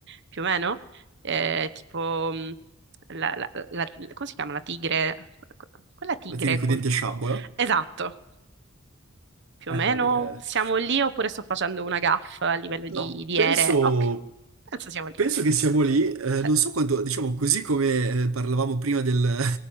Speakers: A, on the right; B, on the right.
A: più o meno eh, tipo mh, la, la- la- come si chiama? La tigre, quella tigre
B: La tigre con
A: con...
B: i denti a sciabola.
A: Esatto, più
B: Eccola
A: o meno
B: lì. eh.
A: siamo lì oppure sto facendo una gaffa a livello
B: No,
A: di, di
B: penso...
A: ere? Ok, penso siamo lì.
B: Penso che siamo lì, eh,
A: Cioè,
B: non so quanto, diciamo così come eh, parlavamo prima del- <laughs>